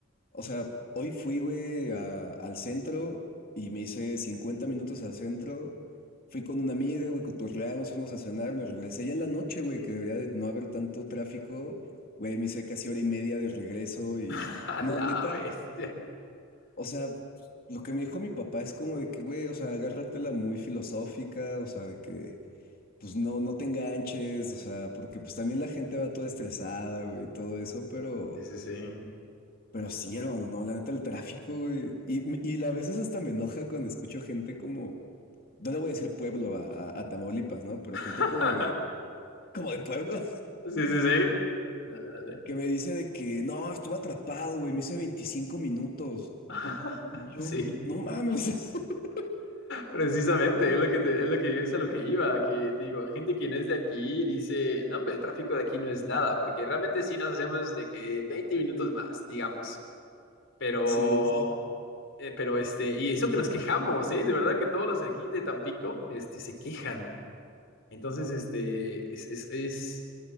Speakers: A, on the left; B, on the left.
A: o sea, hoy fui, güey, a- al centro y me hice 50 minutos al centro, fui con una amiga, güey, cotorreamos, fuimos a cenar, me regresé ya en la noche, güey, que debería de no haber tanto tráfico, güey, me hice casi hora y media de regreso y,
B: <laughs> A
A: no,
B: la
A: neta.
B: bestia.
A: O sea, lo que me dijo mi papá es como de que, güey, o sea, agárratela muy filosófica, o sea, de que, pues no, no te enganches, o sea, porque pues también la gente va toda estresada, güey, y todo eso, pero,
B: Sí, sí, sí.
A: pero sí, hermano, no, la neta, el tráfico, güey, y, me- y a veces hasta me enoja cuando escucho gente como, no le voy a decir pueblo a, a- a Tamaulipas, ¿no? Pero gente
B: <laughs>
A: como de, como de pueblo, <laughs>
B: Sí, sí, sí. Dale, dale.
A: que me dice de que, no, estuve atrapado, güey, me hice 25 minutos,
B: <laughs>
A: y yo,
B: Sí.
A: no mames. <laughs>
B: Precisamente, es lo que te- es lo que es a lo que iba, que te digo, gente que no es de aquí dice, no, hombre, el tráfico de aquí no es nada, porque realmente sí nos hacemos de que 20 minutos más, digamos. Pero,
A: Sí, sí.
B: eh, pero este, y eso que nos quejamos, ¿eh? De verdad que todos los aquí de Tampico, este, se quejan. Entonces, este, es, es, es,